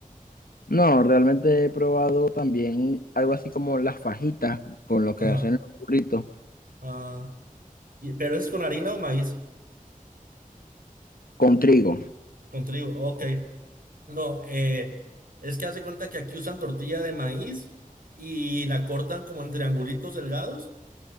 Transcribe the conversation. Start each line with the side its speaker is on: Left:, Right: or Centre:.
Left: No, realmente he probado también algo así como las fajitas con lo que
Right: Ajá.
Left: hacen los burritos.
Right: Ah, y- pero es con harina o maíz.
Left: Con trigo.
Right: Con trigo, ok. No, eh, es que hace cuenta que aquí usan tortilla de maíz y la cortan como en triangulitos delgados